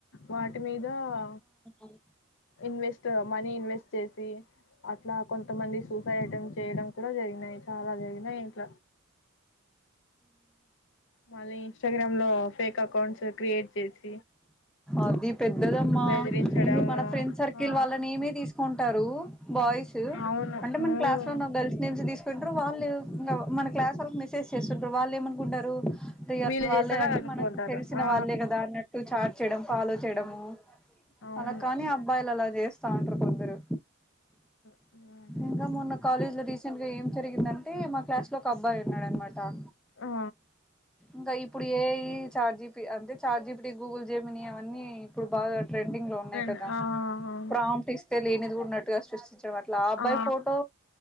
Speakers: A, on the left (about 60°); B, in the centre.
A: వాట్ మీద ఆ
B: ఆ
A: ఇన్వెస్ట్ మనీ ఇన్వెస్ట్ చేసి అట్లా కొంతమంది సూసైడ్ అటెంప్ట్ చేయడం కూడా జరిగినాయి చాలా జరిగినయి ఇంట్ ఆ మళ్ళీ ఇన్స్టాగ్రామ్ లో ఫేక్ అకౌంట్స్ క్రియేట్ చేసి
B: అది పెద్దదమ్మా
A: బెదిరించడం
B: ఇది మన ఫ్రెండ్ సర్కిల్
A: ఆ
B: వాళ్ళనే తీసుకుంటారు బాయ్స్
A: అవును
B: అంటే మన
A: మ్మ్
B: క్లాస్ లో ఉన్న గర్ల్స్ నేమ్స్ తీసుకు చంటారు వాళ్ళు మన క్లాస్ వాళ్ల కి మెసేజ్ చేస్తుంటారు వాళ్ళు ఏమనుకుంటరు ఇగ
A: వీళ్ళు
B: వాళ్ళే
A: చేసారు
B: అంటే
A: అని అనుకుంటారు
B: మనకు తెలిసిన
A: ఆ
B: వాళ్ళే కదా అన్నట్టు చాట్ చేయడం ఫాలో చేయడము
A: అవును
B: అలా కాని అబ్బాయిలు అలా చేస్త అంటారు కొందరు
A: ఉమ్
B: ఇంకా మొన్న కాలేజ్ లో రీసెంట్ గా ఏం జరిగిందంటే మా క్లాస్ లో ఒక అబ్బాయి ఉన్నాడు అన్నమాట ఆ
A: ఆ
B: ఇంకా ఇప్పుడు ఏ చాట్ జీపీటీ అంటే చాట్ జీపీటీ గూగుల్ జెమిని అవన్నీ ఇప్పుడు బాగా ట్రెండింగ్ లో ఉన్నాయి
A: ఫ్రెండ్
B: కదా
A: ఆ అవును
B: ప్రాంప్ట్ ఇస్తే లేనిది కూడా అన్నట్టుగా సృష్టి అట్ల అబ్బాయి
A: ఆ
B: ఫోటో